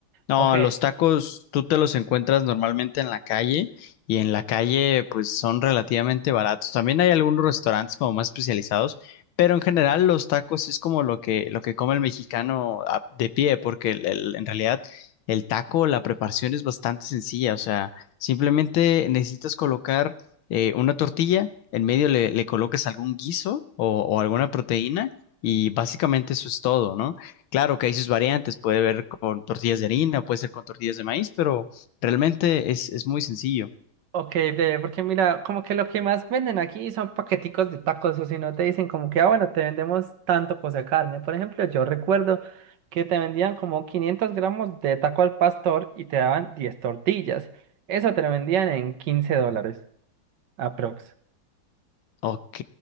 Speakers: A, on the left; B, on the right.
A: No,
B: Ok.
A: los tacos tú te los encuentras normalmente en la calle y en la calle pues son relativamente baratos. También hay algunos restaurantes como más especializados, pero en general los tacos es como lo que lo que come el mexicano a- de pie, porque el- el- en realidad el taco, la preparación es bastante sencilla, o sea, simplemente necesitas colocar eh, una tortilla, en medio le, le colocas algún guiso o o alguna proteína y básicamente eso es todo, ¿no? Claro que hay sus variantes, puede ver con tortillas de harina, puede ser con tortillas de maíz, pero realmente es, es muy sencillo.
B: Ok, ve, porque mira, como que lo que más venden aquí son paqueticos de tacos, o si no te dicen como que, ah, bueno, te vendemos tanto cosa de carne. Por ejemplo, yo recuerdo que te vendían como 500 gramos de taco al pastor y te daban 10 tortillas. Eso te lo vendían en quince dólares, aprox,
A: Ok,